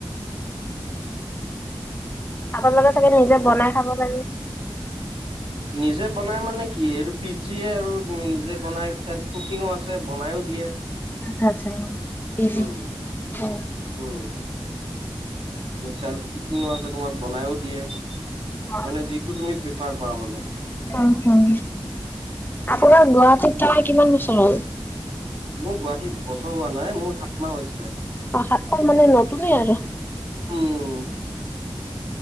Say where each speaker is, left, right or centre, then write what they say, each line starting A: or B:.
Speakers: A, on the left; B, on the right.
A: আপোনালোকৰ চাগে নিজে বনাই খাব লাগে।
B: নিজে বনাই মানে কি এইটো ফিজজিয়ে আৰু তুমি নিজে বনাই চেল্ফ কুকিঙো আছে বনাইও দিয়ে
A: আচ্ছা আচ্ছা পিজি
B: উম,
A: অ
B: উম, চেল্ফ কুকিঙৰ আছে তোমাক বনাইও দিয়ে।
A: হ
B: যিটো তুমি প্ৰিফাৰ কৰা মানে।
A: উম, আপোনাৰ গুৱাহাটীত থকা কিমান বছৰ হল?
B: মোৰ গুৱাহাটীত বছৰ হোৱা নাই মোৰ সাত মাহ হৈছে।
A: অ সাত মাহ মানে নতুনে আৰু।
B: উম,